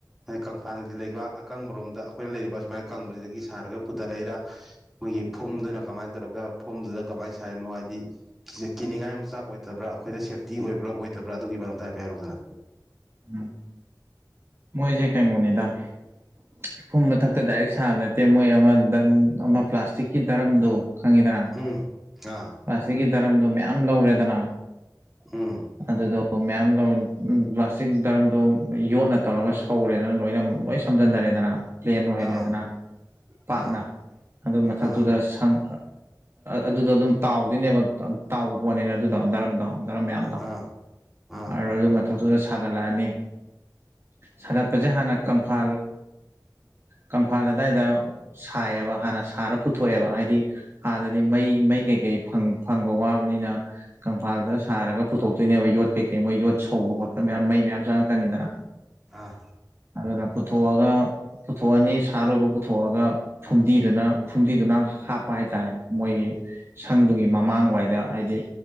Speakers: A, in the centre; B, on the right.
A: ꯀꯪꯐꯥꯗꯗꯤ ꯂꯩꯕ ꯑꯀꯪꯕꯔꯣꯝꯗ ꯑꯩꯈꯣꯏꯅ ꯂꯩꯔꯤꯕ ꯁꯨꯃꯥꯏꯅ ꯀꯪꯕꯁꯤꯗꯒꯤ ꯁꯥꯔꯒ ꯄꯨꯊꯔꯛꯏꯔꯥ ꯑꯩꯈꯣꯏꯒꯤ ꯐꯨꯝꯗꯨꯅ ꯀꯃꯥꯏꯅ ꯇꯧꯔꯒ ꯐꯨꯝꯗꯨꯗ ꯀꯃꯥꯏꯅ ꯁꯥꯥꯏꯔꯤꯅꯣ ꯍꯥꯏꯗꯤ ꯀꯤꯅꯤꯡꯉꯥꯏ ꯃꯆꯥꯛ ꯑꯣꯏꯗꯕ꯭ꯔꯥ ꯑꯩꯈꯣꯏꯗ ꯁꯦꯞꯇꯤ ꯑꯣꯏꯕ꯭ꯔꯥ ꯑꯣꯏꯗꯕ꯭ꯔꯥ ꯑꯗꯨꯒꯤ ꯃꯔꯝꯗꯥꯏꯐ ꯍꯥꯏꯔꯨꯗꯅ
B: ꯎꯝ ꯃꯣꯏꯁꯦ ꯀꯩꯅꯣꯅꯤꯗ ꯃꯣꯅꯤꯗꯥ ꯐꯨꯝ ꯃꯊꯛꯇ ꯗꯥꯏꯔꯦꯛ ꯁꯥꯕ ꯅꯠꯇꯦ ꯃꯣꯏ ꯑꯃ ꯗꯟ ꯑꯃ ꯄ꯭ꯂꯥꯁꯇꯤꯛꯀꯤ ꯗꯔꯝꯗꯣ ꯈꯪꯉꯤꯗꯅ
A: ꯎꯝ ꯑꯥ
B: ꯃꯁꯤꯁꯤꯒꯤ ꯗꯔꯝꯗꯣ ꯃꯌꯥꯝ ꯂꯧꯔꯦꯗꯅ
A: ꯎꯝ
B: ꯑꯗꯨꯗꯣ ꯃ ꯂ ꯆ ꯗꯔꯝꯗꯣ ꯌꯣꯠꯅ ꯇꯧꯔꯒ ꯁꯧꯔꯦꯗꯅ ꯂꯣꯏꯅ ꯂꯣꯏ ꯁꯝꯖꯟꯟꯅꯔꯦꯗꯅ ꯄ꯭ꯂꯦꯟ ꯑꯣꯏꯍꯜꯂꯦꯗꯅ
A: ꯑꯥ
B: ꯄꯥꯛꯅ
A: ꯑꯥ
B: ꯑꯗꯨ ꯃꯊꯛꯇꯨꯗ
A: ꯑꯥ
B: ꯁꯪ ꯑꯗꯨꯗꯣ ꯑꯗꯨꯝ ꯇꯥꯎꯗꯣꯏꯅꯦꯕ ꯇꯥꯎꯕ ꯄꯣꯠꯅꯤꯅ ꯑꯗꯨꯗꯣ ꯗꯔꯝꯗꯣ ꯗꯅ ꯃꯌꯥꯝꯗꯣ
A: ꯑꯥ ꯑꯥ
B: ꯑꯗꯨ ꯑꯗꯨ ꯃꯊꯛꯇꯨꯗ ꯁꯥꯒꯠꯂꯛꯑꯅꯤ ꯁꯥꯒꯠꯄꯁꯦ ꯍꯥꯟꯅꯪꯐ ꯏꯝꯐꯥꯜ ꯑꯗꯨꯗꯥꯏꯗ ꯁꯥꯏꯑꯕ ꯍꯥꯟꯅ ꯁꯥꯔ ꯄꯨꯊꯣꯛꯑꯦꯕ ꯍꯥꯏꯗꯤ ꯍꯥꯟꯗꯗꯤ ꯃꯩ ꯃꯩ ꯀꯩꯀꯩ ꯐꯪꯕ ꯋꯥꯕꯅꯤꯅ ꯀꯪꯐꯥꯜꯗ ꯁꯥꯔꯒ ꯄꯨꯊꯣꯛꯇꯣꯏꯅꯦꯕ ꯌꯣꯠ ꯀꯩꯀꯩ ꯃꯣꯏ ꯌꯣꯠ ꯁꯧꯕ ꯈꯣꯠꯄ ꯣꯏ ꯃꯌꯥꯝ ꯃꯩ ꯃꯌꯥꯝ ꯆꯪꯉꯛꯀꯅꯤꯗꯅ
A: ꯑꯥ
B: ꯑꯗꯨꯅ ꯄꯨꯊꯣꯛꯑꯒ ꯄꯨꯊꯣꯛꯑꯅꯤ ꯁꯥ ꯂꯣꯏꯕ ꯄꯨꯊꯣꯛꯑꯒ ꯐꯨꯝꯗꯤꯗꯨꯅ ꯐꯨꯝꯗꯤꯗꯨꯅ ꯍꯥꯞꯄ ꯍꯥꯏꯇꯥꯔꯦ ꯃꯣꯏꯒꯤ ꯁꯪꯗꯨꯒꯤ ꯃꯃꯥꯡꯋꯥꯏꯗ ꯍꯥꯏꯗꯤ